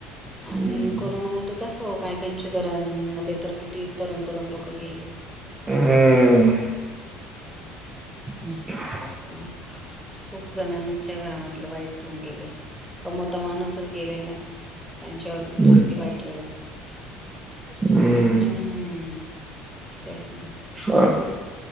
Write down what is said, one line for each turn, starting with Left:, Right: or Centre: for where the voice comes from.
Centre: आणि
Right: हं,
Centre: कोरोनामध्ये कस हो काय त्यांच्या घरांनमध्ये तर किती तरुण तरुण लोक गेले.
Right: हम्म अच्
Centre: ह खूप जणांच्या घरामधलं वाईट होऊन गेले. कमवता माणूसच गेलेला आहे. त्यांच्यावरती
Right: हं,
Centre: तर किती वाईट वेळ
Right: हं.
Centre: हम् तेच नाही
Right: चालेल.